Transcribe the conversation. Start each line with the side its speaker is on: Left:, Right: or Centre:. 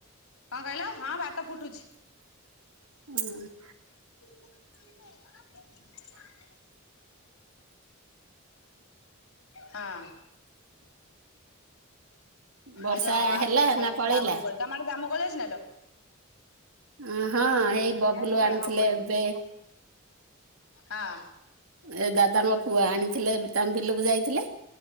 Left: କଣ କହିଲ ହଁ ଭାତ ଫୁଟୁଛି।
Right: ହୁଁ।
Left: ପି ପିଧ <inaudible> ହଁ।
Right: ବର୍ଷା
Left: ଆଜି ହଁ ଆଜି
Right: ହେଲା
Left: ଖାଇଥିଲି
Right: ନା ପଳେଇଲା?
Left: ଜାମୁକୋଳି ତମ ଆଡେ ଜାମୁକୋଳି ଅଛି ନାଲ।
Right: ଉଁ ହଁ ହେଇ
Left: ହେରା
Right: ବବୁଲୁ
Left: ଟିକିଏ
Right: ଆଣିଥିଲେ
Left: ହବନି।
Right: ଏବେ
Left: ହଁ
Right: ଏ ଦାଦାଙ୍କ ପୁଅ ଆଣିଥିଲେ ତାଙ୍କ ବିଲକୁ ଯାଇଥିଲେ।